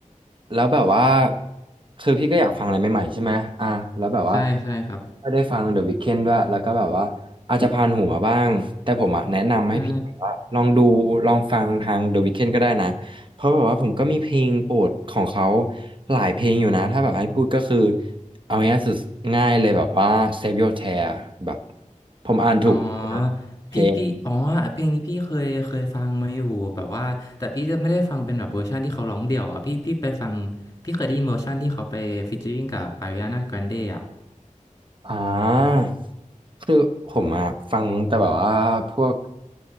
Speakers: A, on the right (about 40°); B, on the left (about 25°).
A: แล้วแบบว่าคือพี่ก็อยากฟังอะไรใหม่ๆใช่ไหมอ่ะแล้วแบบว่า
B: ใช่ใช่ครับ
A: ก็ได้ฟัง The Weeknd ด้วยแล้วก็แบบว่าอาจจะผ่านหูมาบ้างแต่ผมอ่ะแนะนำให้พี่แบบว่าลองดูลองฟังทาง
B: ใช่
A: The Weeknd ก็ได้นะเพราะแบบว่าผมก็มีเพลงโปรดของเขาหลายเพลงอยู่นะถ้าแบบไอ้พูดก็คือเอาง่ายสุดง่ายเลยแบบว่า Save Your Tear แบบผมอ่านถูก
B: อ๋อ
A: เพลง
B: พี่พี่อ๋อเพลงนี้พี่เคยเคยฟังมาอยู่แบบว่าแต่พี่จะไม่ได้ฟังเป็นแบบเวอร์ชันที่เขาร้องเดี่ยวอ่ะพี่พี่ไปฟังพี่เคยได้ยินเวอร์ชันที่เขาไปฟีเจอริ่งกับอาริอานาแกรนเดอ่ะ
A: อ่าคือผมอะฟังแต่แบบว่าพวก